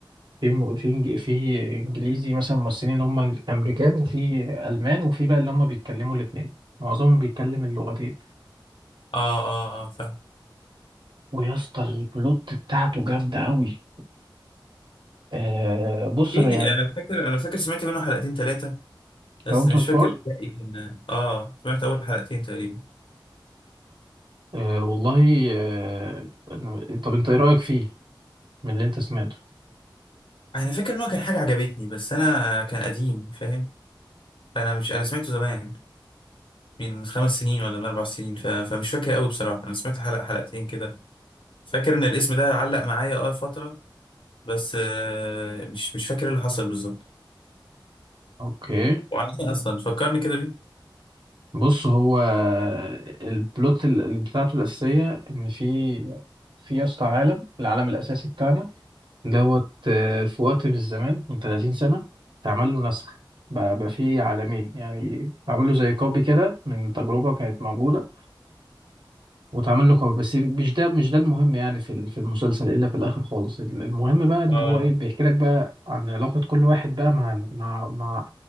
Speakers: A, on the right; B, on the left.
A: في م- في إنج- في انجليزي مثلا ممثلين اللي هم امريكان وفي المان وفي بقى اللي هم بيتكلموا الاتنين معظمهم بيتكلم اللغتين
B: اه اه اه فاهم
A: ويا اسطى البلوت بتاعته جامدة قوي آه بص
B: ايه
A: انا يعني
B: اللي انا فاكر انا فاكر سمعت منه حلقتين ثلاثة بس
A: كاونتر
B: مش
A: بارت
B: فاكر الباقي كان اه سمعت اول حلقتين تقريبا
A: أه والله أه طب انت ايه رأيك فيه من اللي انت سمعته
B: انا فاكر ان هو كان حاجه عجبتني بس انا كان قديم فاهم فانا مش انا سمعته زمان من خمس سنين ولا من اربع سنين ف... فمش فاكر قوي بصراحه انا سمعت حلقه حلقتين كده فاكر ان الاسم ده علق معايا اه فتره بس آه مش مش فاكر اللي حصل بالظبط
A: اوكي
B: وعن ايه اصلا فكرني كده بيه
A: بص هو البلوت ال- ال- بتاعته الأساسية ان في في يا اسطى عالم العالم الأساسي بتاعنا دوت آه، في وقت من الزمان من 30 سنة اتعمل له نسخ بقى, بقى فيه عالمين يعني اتعمل له زي كوبي كده من تجربة كانت موجودة وتعمل له كور بس مش ده مش ده المهم يعني في ال- في المسلسل الا في الاخر خالص ال- المهم بقى ان
B: اه
A: هو ايه بيحكي لك بقى عن علاقة كل واحد بقى مع مع مع